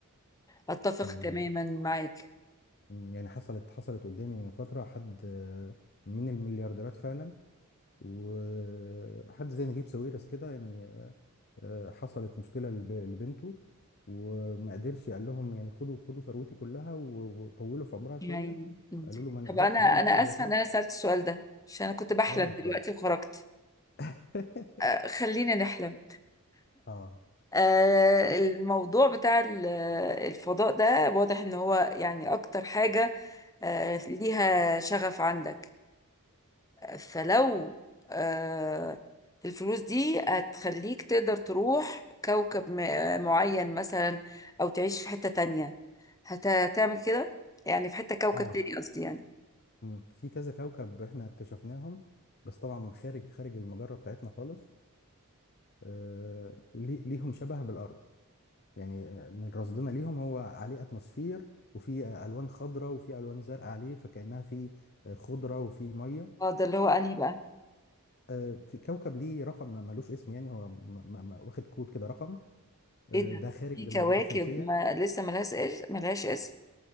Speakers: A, on the left; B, on the left.
A: اتفق
B: كان
A: تماما معاك
B: م، يعني حصلت حصلت قدامي من فترة حد آه، من المليارديرات فعلا وحد زي نجيب ساويرس كده يعني آه، حصلت مشكلة لب- لبنته وما قدرش قال لهم يعني خدوا خدوا ثروتي كلها و- وطولوا في عمرها شوية
A: يعني مم.
B: قالوا له ما نقدرش
A: طب انا انا
B: نعمل حاجة
A: اسفه
B: هي خلاص
A: ان انا سالت السؤال ده عشان انا كنت بحلم
B: اه ف
A: دلوقتي وخرجت
B: <laughs>
A: آه، خلينا نحلم
B: اه
A: آه، الموضوع بتاع ال- الفضاء ده واضح ان هو يعني اكتر حاجه آه، ليها شغف عندك فلو آه، الفلوس دي هتخليك تقدر تروح كوكب ما- معين مثلا أو تعيش في حتة تانية هت- هتعمل كده يعني في حتة كوكب
B: اه
A: تاني قصدي يعني
B: مم. في كذا كوكب احنا اكتشفناهم بس طبعا خارج خارج المجرة بتاعتنا خالص آه لي- ليهم شبه بالأرض يعني آه، من رصدنا ليهم هو عليه اتموسفير وفي ألوان خضراء وفي ألوان زرقاء عليه فكأنها في آه، خضرة وفي مية
A: اه ده اللي هو أنهي بقى
B: آه، في كوكب ليه رقم ما- ملوش اسم يعني هو م- م- م- واخد كود كده رقم آه،
A: ايه ده
B: ده خارج
A: في كواكب
B: المجموعة الشمسية
A: ما لسه ملهاش إيه- ملهاش اسم